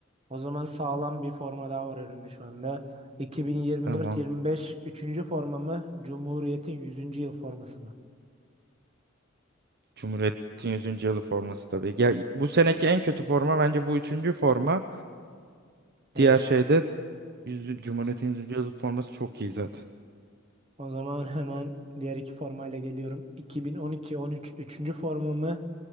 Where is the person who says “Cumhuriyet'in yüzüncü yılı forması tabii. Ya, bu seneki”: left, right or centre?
Right